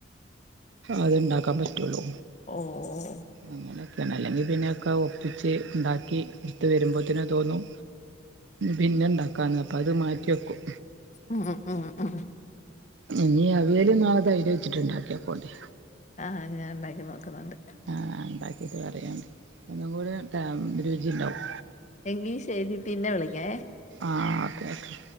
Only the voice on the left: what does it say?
ഓ ഓ
ഉം ഉം ഉം
ആഹ് ഞൻ ഉണ്ടാക്കി നോക്കുന്നുണ്ട്
എങ്കീ ശരി പിന്നെ വിളിക്കാ ഏ